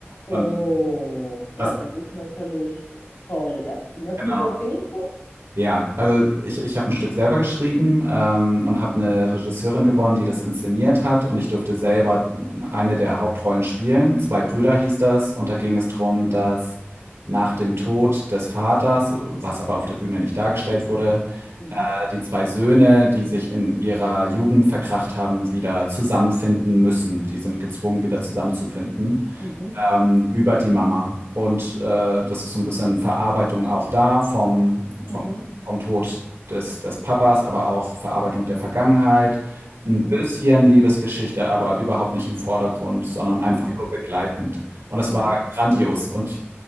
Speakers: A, on the left; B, on the right.
A: Oh,
B: Und
A: ja,
B: was
A: das ist natürlich toll. Ja, möchtest
B: genau.
A: du erzählen kurz?
B: Ja, also ich ich habe ein Stück selber geschrieben, ähm, und habe eine Regisseurin gewonnen, die das inszeniert hat und ich durfte selber eine der Hauptrollen spielen. „Zwei Brüder“ hieß das und da ging es darum, dass nach dem Tod des Vaters, was aber auf der Bühne nicht dargestellt wurde,
A: Mhm,
B: die zwei Söhne, die sich in ihrer Jugend verkracht haben, wieder zusammenfinden müssen. Die sind gezwungen, wieder zusammenzufinden,
A: mhm,
B: ähm, über die Mama. Und äh, das ist so ein bisschen Verarbeitung auch da vom,
A: mhm,
B: vom, vom Tod des, des Papas, aber auch Verarbeitung der Vergangenheit. Ein
A: mhm,
B: bisschen Liebesgeschichte, aber überhaupt nicht im Vordergrund, sondern einfach
A: mhm,
B: nur begleitend. Und es
A: mhm,
B: war grandios. Und